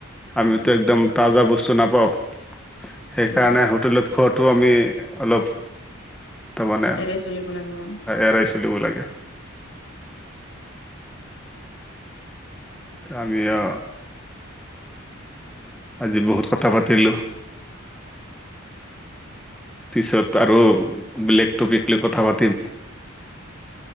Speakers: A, on the left; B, in the centre.
A: উম
B: আমিতো একদম তাজা বস্তু নাপাওঁ। সেইকাৰণে
A: উম
B: হোটেলত খোৱাটো আমি অলপ তাৰ মানে
A: এৰাই চলিব লাগিব
B: এৰাই চলিব লাগে। ত আমি অ আজি বহুত কথা পাতিলোঁ পিছত আৰু বেলেগ টপিক লৈ কথা পাতিম